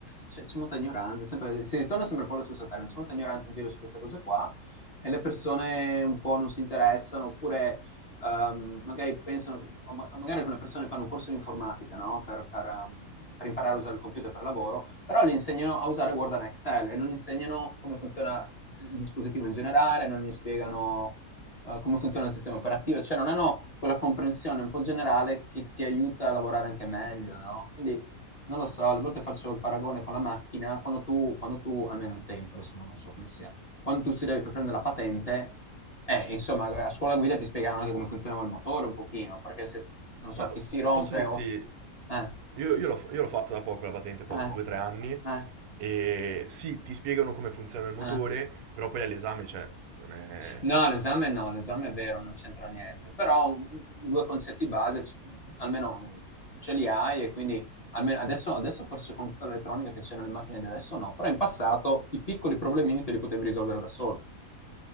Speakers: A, on the left; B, on the right.
A: c'è- c'è molta ignoranza, sempre- si ritorna sempre un po' allo stesso termine, c'è molta ignoranza in giro su queste cose qua e le persone un po' non si interessano oppure ehm, magari pensano, che- o ma- magari alcune persone fanno un corso di informatica, no? Per, per, ehm, per imparare a usare il computer per lavoro, però gli insegnano a usare Word e Excel e non insegnano come funziona il dispositivo in generale, non gli spiegano eh, come funziona il sistema operativo, cioè non hanno quella comprensione un po' generale che ti aiuta a lavorare anche meglio, no? Quindi non lo so, alle volte faccio il paragone con la macchina, quando tu, quando tu almeno un tempo, adesso non lo so come sia, quando tu studiavi per prendere la patente, eh, insomma, a scuola guida ti spiegavano anche come funzionava il motore un pochino, perché se, non so,
B: Ma
A: ti si rompe
B: posso dirti,
A: o... Eh,
B: io, io l'ho io l'ho fatto da poco, la patente poco,
A: eh,
B: 2-3 anni,
A: eh,
B: e sì, ti spiegano come funziona il motore,
A: eh.
B: però poi all'esame, cioè, non è...
A: No, l'esame no, l'esame è vero, non c'entra niente, però u u 2 concetti base s almeno ce li hai e quindi almeno adesso adesso forse con tutta l'elettronica che c'è nelle macchine di adesso no, però in passato i piccoli problemini te li potevi risolvere da solo.